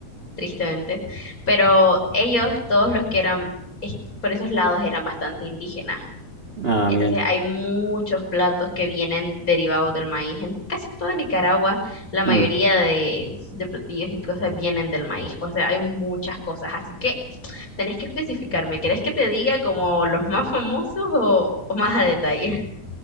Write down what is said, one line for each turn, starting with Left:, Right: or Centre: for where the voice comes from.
Left: tristemente. Pero ellos, todos los que eran, es- por esos lados, eran bastante indígenas.
Right: Ah,
Left: Entonces
Right: bien.
Left: hay muchos platos que vienen derivados del maíz. En casi toda Nicaragua, la mayoría
Right: Mm.
Left: de, de platillos y cosas vienen del maíz. O sea, hay muchas cosas. Así que tenés que especificarme. ¿Querés que te diga como los más famosos o, o más a detalle? <laughs>